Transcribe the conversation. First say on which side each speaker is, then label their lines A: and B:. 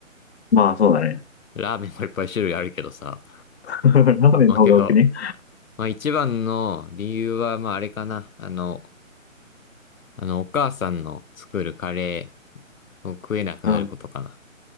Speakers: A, on the left (about 55°); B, on the left (about 85°).
A: まあ、そうだね。
B: ラーメンもいっぱい種類あるけどさ。
A: <laughs> ラーメンの方が多くね。
B: まあけど、まあ一番の理由は、まああれかな。あの、あの、お母さんの作るカレーを食えなくなることかな。
A: うん。